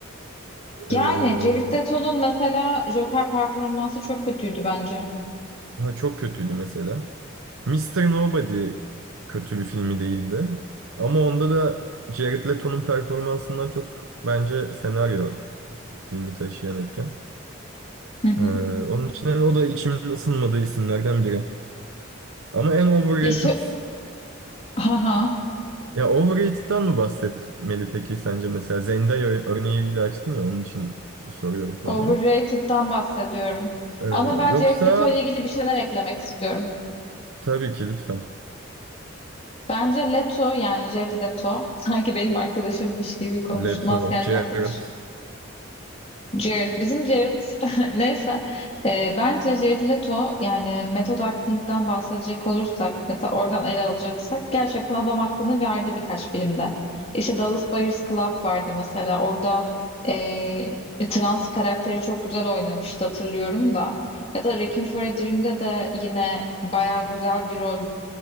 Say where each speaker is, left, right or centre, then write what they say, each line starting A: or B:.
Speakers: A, on the right; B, on the left.
A: Ee,
B: Yani Jared Leto'nun mesela Joker performansı çok kötüydü bence.
A: ha çok kötüydü mesela. Mister Nobody kötü bir filmi değildi. Ama onda da Jared Leto'nun performansından çok bence senaryo Filmi taşıyan etken.
B: Hı hı.
A: Ee, onun için hani o da içimin ısınmadığı isimlerden biri. Ama en overrated...
B: Yaşı... Haha.
A: Ya overrated'tan mı bahsetmeli peki sence mesela? Zendaya örneğiyle açtın ya onun için soruyorum konuyu.
B: Overrated'dan bahsediyorum.
A: Ee,
B: Ama ben
A: yoksa
B: Jared Leto ile ilgili bir şeyler eklemek istiyorum.
A: tabii ki lütfen.
B: Bence Leto yani Jared Leto <laughs> sanki benim arkadaşımmış gibi konuştum
A: Leto,
B: askerlik
A: Jared.
B: arkadaşım. Jared bizim Jared <laughs> neyse Ee, bence Jared Leto yani method acting'den bahsedecek olursak mesela oradan ele alacaksak gerçekten adam hakkını verdi birkaç filmde. İşte Dallas Buyers Club vardı mesela orada ee, trans karakteri çok güzel oynamıştı hatırlıyorum da ya da Requiem for a Dream'de de yine baya güzel bir rol